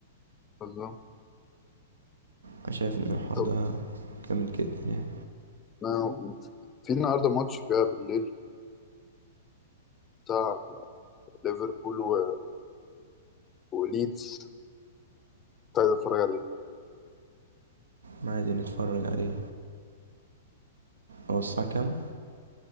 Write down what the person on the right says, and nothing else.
انا شايف ان الحوار
ده جامد جدا يعني
ما عادي نتفرج عليه هو الساعه كام